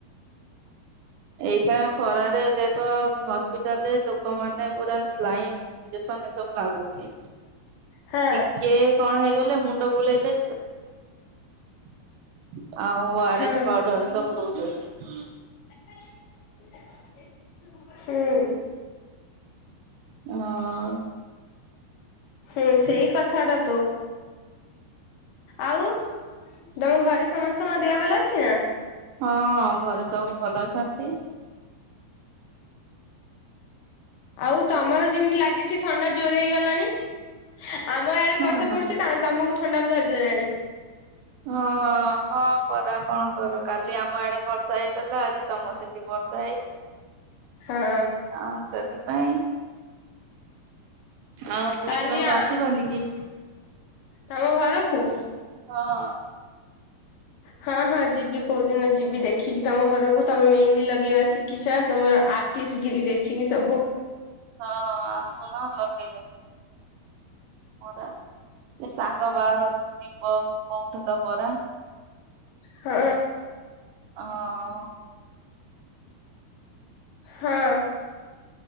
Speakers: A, on the right (about 75°); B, on the left (about 75°).
A: ଏଇଖାନ ଖରାରେ ଦେଖ ହସ୍ପିଟାଲରେ ଲୋକମାନେ ପୁରା ସ୍ଲାଇନ। ନିଜ ସନ୍ଦେ ସବୁ ଲାଗୁଚଛି।
B: ହଁ
A: ଟିକେ କଣ ହେଇଗଲେ ମୁଣ୍ଡ ବୁଲେଇ ଲେ <inaudible> ଆଉ ଆର
B: ହଁ
A: ଏସ୍ ପାଡର ସବୁ ଦଉଛନ୍ତି।
B: ହୁଁ
A: ହଁ
B: ହୁଁ ସେଇ କଥାଟା ତ। ଆଉ ତମ ଘରେ ସମସ୍ତଙ୍କ ଦେଆ ଭଲ ଅଛି ନା।
A: ହଁ ଘରେ ସବୁ ଭଲ ଅଛନ୍ତି।
B: ଆଉ ତମର ଯେମିତି ଲାଗିଛି। ଥଣ୍ଡା ଜୋର ହେଇଗଲାଣି। ଆମ ଆଡେ
A: ହଁ
B: ବର୍ଷା
A: ହଁ
B: ପଡୁଛି ତମକୁ ଥଣ୍ଡା ଧରିଦେଲାଣି।
A: ହଁ ହଁ ପରା କ'ଣ କରିବି। କାଲି ଆମ ଆଡେ ବର୍ଷା ହେଇଥିଲା ଆଜି ତମ ସେଠି ବର୍ଷା ହେଇଛି।
B: ହଁ
A: ହଁ ସେଥିପାଇଁ ଆଉ ବୁଲିବାକୁ
B: କାଲି ଆ
A: ଆସିବନି କି?
B: ତମ ଘରକୁ?
A: ହଁ
B: ହ ହଁ ହଁ ଯିବି କୋଉଦିନ ଯିବି ଦେଖିକି ତମ ଘରକୁ ତମେ ମେହେଲି ଲଗେଇବା। ଶିଖିଛ ତୁମର କିସ କିରୀ ଦେଖିବି ସବୁ।
A: ହଁ ଆସୁନ ଲଗେଇଦେବି। ପରା ସେ ସାଙ୍ଗ ବାହାଘରକୁ ଯିବ କହୁଥିଲ ପରା।
B: ହୁ
A: ହୋଉ
B: ହଁ